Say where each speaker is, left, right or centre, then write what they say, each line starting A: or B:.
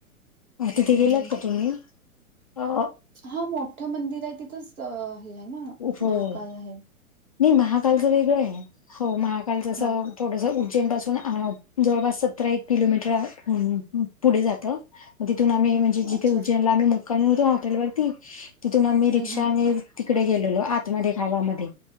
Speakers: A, on the left (about 30°); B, on the right (about 75°).
A: अ तिथे
B: हम्म
A: गेलात
B: हम्म
A: का तुम्ही? अ
B: हा मोठं मंदिर ये तिथंच हे हाय ना
A: हो
B: महाकाल आहेत.
A: नाही महाकालच वेगळं ये, हो महाकालच अस
B: हा
A: थोडसं उज्जैन पाासून अ जवळपास सतरा एक किलोमीटर पुढे जातं म तिथून आम्ही म्हणजे जिथे
B: अच्छा
A: उज्जैनला आम्ही मुक्कामी होतो हॉटेलवरती तिथून आम्ही
B: हम्म
A: रिक्षाने
B: हम्म
A: कडे गेलेलो आतमध्ये गावामध्ये